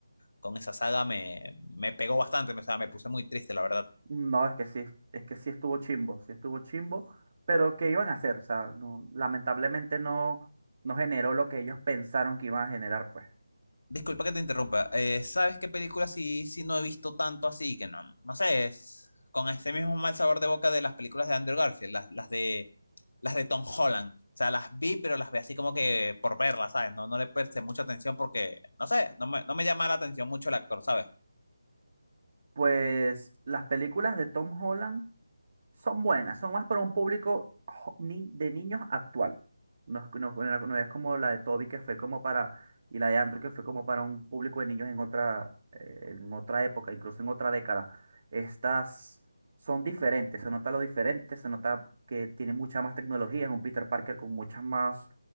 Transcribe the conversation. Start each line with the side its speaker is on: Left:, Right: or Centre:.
Left: con esa saga me, me pegó bastante, me, o sea, me puse muy triste, la verdad.
Right: No, es que sí, es que sí estuvo chimbo, sí estuvo chimbo, pero ¿qué iban a hacer? O sea, no- lamentablemente no, no generó lo que ellos pensaron que iban a generar, pues.
Left: Disculpa que te interrumpa, eh, ¿sabes qué película sí, sí no he visto tanto así? Que no, no sé, es con ese mismo mal sabor de boca de las películas de Andrew Garfield, las, las de, las de Tom Holland. O sea, las vi, pero las vi así como que por verlas, ¿sabes? No, no le presté mucha atención porque, no sé, no me, no me llama la atención mucho el actor, ¿sabes?
Right: Pues las películas de Tom Holland son buenas, son más para un público jo- ni- de niños actual. No es, no- no- no es como la de Toby que fue como para, y la de Andrew que fue como para un público de niños en otra, eh, en otra época, incluso en otra década. Estas son diferentes, se nota lo diferente, se nota que tiene mucha más tecnología, es un Peter Parker con mucha más